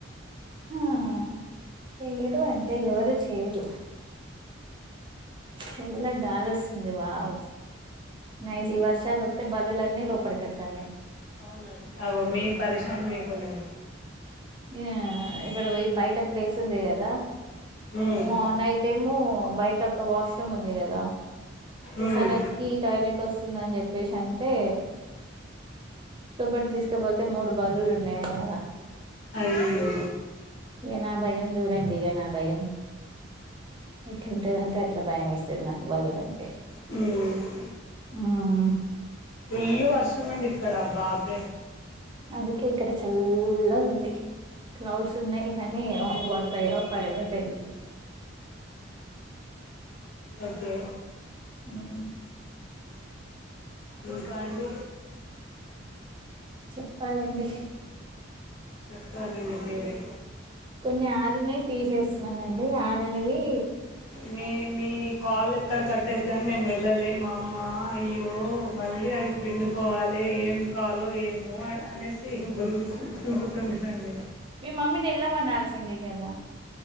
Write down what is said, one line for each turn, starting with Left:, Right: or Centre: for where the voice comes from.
Right: ఆ చెయ్యడు అంతే ఎవరు చెయ్యరు చల్ల గాలి వస్తుంది వావ్ నైస్ ఈ వర్షాలు వతే ఈ బలులన్నీ లోపలికెతన్నాయి
Left: అవునండి అగో మీ పరిశన్ మీకు ఉన్నది
Right: ఇగ ఇక్కడ బోయి బయట ప్లేస్ ఉంది కదా
Left: ఉమ్
Right: మ నైట్ టేమో బయట ఒక వాష్రూమ్ ఉంది కదా
Left: ఉమ్
Right: సానక్కి టాయిలెట్ వస్తుందని చెప్పేసి అంటే లోపటి తీసుకపోతే మూడు బల్లులు ఉన్నాయాండీ ఆడ
Left: అయ్యో
Right: ఇగ నా భయం చూడండి ఇగ నా భయం ఎట్లుంటదంటే అట్లా భయం వేస్తది నాకు బల్లులైన్టే
Left: హూ
Right: ఉ హ్మ్
Left: ఫుల్లు వర్షం అండి ఇక్కడ బాప్రే
Right: అందుకే ఇక్కడ చల్లగా ఉంది క్లౌడ్స్ ఉన్నయి గానీ పడతాయో పడయో తెలియ
Left: ఓకే
Right: ఉహు
Left: ఇంకండి
Right: చెప్పాలండి
Left: చెప్పాలండి మీరే
Right: కొన్ని ఆరినవితీసేస్తున్నానండి ఆరనివి
Left: మీ మీ కాలు ఎక్కడ కట్టేయతధనీ నేను వెళ్ళాలి మా అమ్మ అయ్యో మళ్ళీ అవి పిండుకోవాలి ఏం కాలో ఏమో అనేసి గులుగు గలుగుతుట్లాండి
Right: మీ మమ్మీని ఎళ్లామనాల్సిందే కదా